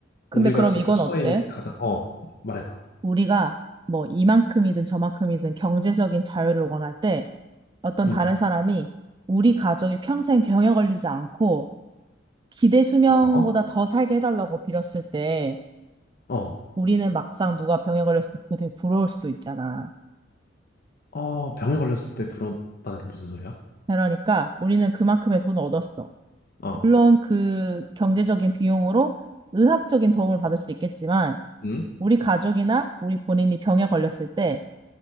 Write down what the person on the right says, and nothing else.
근데
그럼
이건
어때?
우리가 뭐 이만큼이든 저만큼이든 경제적인 자유를 원할 때 어떤
다른 사람이 우리 가족이 평생 병에 걸리지 않고 기대 수명보다
더 살게 해달라고 빌었을 때
우리는 막상 누가 병에 걸렸을 때 그게 되게 부러울 수도 있잖아.
그러니까 우리는 그만큼의 돈을 얻었어.
물론 그 경제적인 비용으로 의학적인 도움을 받을 수 있겠지만
우리 가족이나 우리 본인이 병에 걸렸을 때